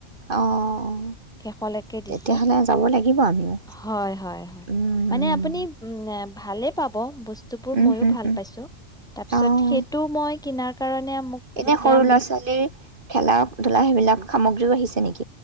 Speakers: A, on the right; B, in the centre.
A: অ',
B: শেষৰলৈকে
A: তেতিয়াহ'লে
B: দিছে।
A: যাব লাগিব আমিও।
B: হয় হয় হয়
A: উম,
B: মানে আপুনি উম ভালে। পাব বস্তু। বস্তুবোৰ
A: উম,
B: মইও
A: হম,
B: ভাল
A: হম,
B: পাইছোঁ তাৰ পিছত
A: অ',
B: সেইটো মই। কিনাৰ কাৰণে। মোক
A: এনে
B: যেতিয়া
A: সৰু
B: মোক
A: ল'ৰা-ছোৱালীৰ খেলা। ধূলা সেইবিলাক সামগ্ৰীও আহিছে নেকি।